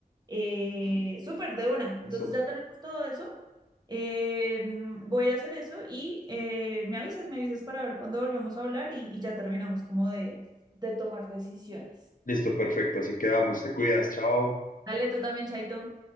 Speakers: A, on the right; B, on the left.
A: eh, súper de una.
B: Listo,
A: Entonces ya tenemos todo eso. Eh, mm, voy a hacer eso y eh, me avisas, me avisas para ver cuándo volvemos a hablar y, y ya terminamos como de, de tomar decisiones.
B: listo, perfecto. Así quedamos, te cuidas, chao.
A: Dale tú también, Chaito.